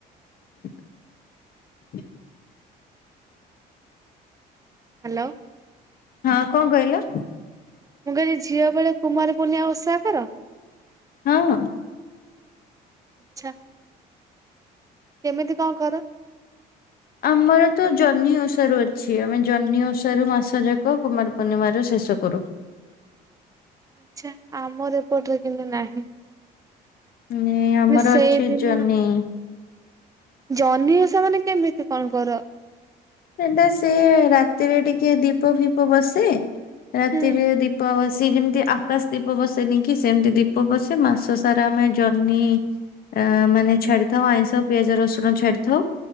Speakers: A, on the left; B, on the right.
A: <inaudible>
B: ହ୍ୟାଲୋ।
A: ହଁ, କଣ କହିଲ?
B: ମୁଁ କହିଲି, ଝିଅ ବେଳେ କୁମାର ପୁନିଆ ଓଷା କର?
A: ହଁ।
B: ଚ୍ଛା। କେମିତି କଁ କର?
A: ଆମର ତ ଜହ୍ନି ଓଷାରୁ ଅଛି। ଆମେ ଜହ୍ନି ଓଷାରୁ ମାସ ଯାକ କୁମାର ପୂର୍ଣ୍ଣିମାରେ ଶେଷ କରୁ।
B: ଆଛା, ଆମର ଏପଟରେ କିନ୍ତୁ ନାହିଁ।
A: ନେ ଆମର
B: ସେଇଦିନ
A: ଅଛି ଜହ୍ନି।
B: ଜହ୍ନି ଓଷା ମାନେ, କେମିତି କଣ କର?
A: ସେଟାସେ-ଏ ରାତିରେ ଟିକେ ଦୀପ ଫିପ ବସେ, ରାତିରେ
B: ହୁଁ
A: ଦିପ୍ ଦୀପ ବସେ ଯେମତି ଆକାଶ ଦୀପ ବସେନି କି! ସେମିତି ଦୀପ ବସେ, ମାସ ସାରା ଆମେ ଜହ୍ନି ଆଁ ମାନେ ଛାଡିଥାଉ ଆଇଁଷ ପିଆଜ ରସୁଣ ଛାଡିଥାଉ।